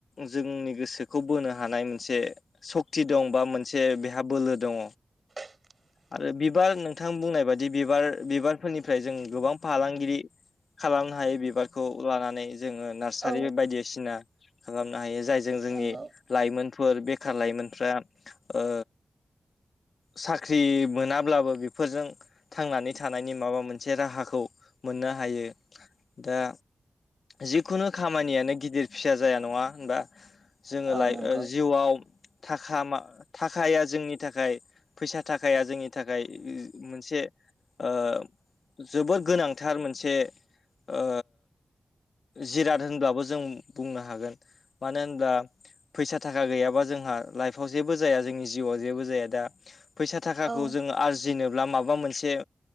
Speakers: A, on the left; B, on the right.
A: जोंनि गोसोखौ बोनो हानाय मोनसे सक्ति दं बा मोनसे बेहा बोलो दङ।
B: <inaudible>
A: आरो बिबार नोंथां बुंनाय बायदि बिबार बिबारफोरनिफ्राय जों गोबां फालांगिरि खालामनो हायो बिबारखौ लानानै जोङो नार्सारि
B: औ
A: बायदि बायदिसिना खालामनो हायो जायजों जोंनि
B: नंगौ
A: लाइमोनफोर बेखार लाइमोनफ्रा ओ साख्रि मोनाब्लाबो बेफोरजों थांनानै थानायनि माबा मोनसे राहाखौ मोननो हायो दा जिखुनु खामानियानो गिदिर फिसा जाया नङा होनबा जोङो
B: औ
A: लाइ
B: नंगौ
A: ओ जिउआव थाखा मा थाखाया जोंनि थाखाय फैसा थाखाया जोंनि थाखाय मोनसे ओ जोबोद गोनांथार मोनसे ओ जिराद होनब्लाबो जों बुंनो हागोन मानो होनब्ला फैसा थाखा गैयाबा जोंहा लाइफआव जेबो जाया जोंनि जिउआव जेबो जाया दा फैसा थाखाखौ
B: औ
A: जों आरजिनोब्ला माब माबा मोनसे